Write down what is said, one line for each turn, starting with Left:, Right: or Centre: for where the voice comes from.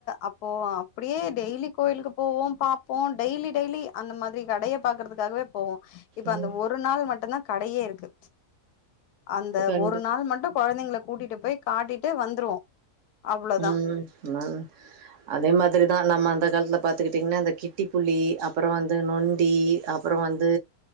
Left: அப்போ அப்டியே டெய்லி கோயிலுக்கு போவோ பாப்போ டெய்லி டெய்லி அந்த மாதிரி கடைய பாக்குறதுக்காகவே போவோ இப்ப
Right: ம்
Left: அந்த ஒரு நாள் மட்டுதா கடையே இருக்கு அந்த
Right: கண்டிப்
Left: ஒரு நாள் மட்டு கொழந்தைங்கள கூட்டிட்டு போய் காட்டிட்டு வந்துருவோ அவ்ளோதா
Right: ம் ஆ அதே மாதிரிதா நம்ம அந்த காலத்துல பாத்துக்கிட்டிங்கன்னா அந்த கிட்டிப்புலி அப்புற வந்து நொண்டி அப்புற வந்து